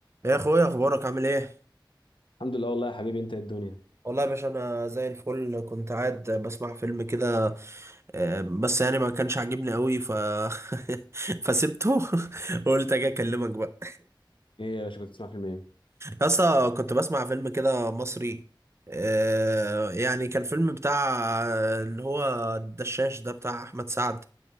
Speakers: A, on the right; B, on the left.
A: يا اخويا اخبارك عامل ايه
B: الحمد لله والله يا حبيبي انت ايه الدنيا
A: والله يا باشا انا زي الفل كنت قاعد بسمع فيلم كده آه، بس يعني ما كانش عاجبني قوي ف <laughs> فسبته <laughs> قلت اجي اكلمك بقى
B: ايه يا باشا كنت بتسمع فيلم ايه
A: اصلا كنت بسمع فيلم كده مصري آه، يعني كان فيلم بتاع آه، اللي هو الدشاش ده بتاع احمد سعد